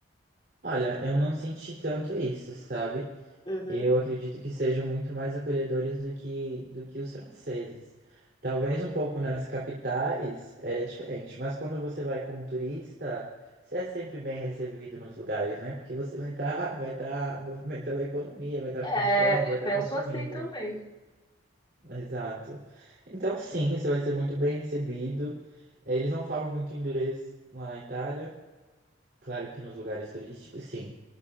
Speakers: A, on the right; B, on the left.
A: Olha, eu não senti tanto isso, sabe?
B: Uhum.
A: Eu acredito que sejam muito mais acolhedores do que, do que os franceses. Talvez um pouco nas capitais é diferente, mas quando você vai como turista, você é sempre bem recebido nos lugares, né? Porque você vai estar vai tá movimentando a economia, vai estar
B: É,
A: comprando, vai
B: eu
A: estar
B: penso
A: consumindo.
B: assim também.
A: Exato. Então, sim, você vai ser muito bem recebido. Eh, Eles não falam muito inglês lá na Itália. Claro que nos lugares turísticos, sim.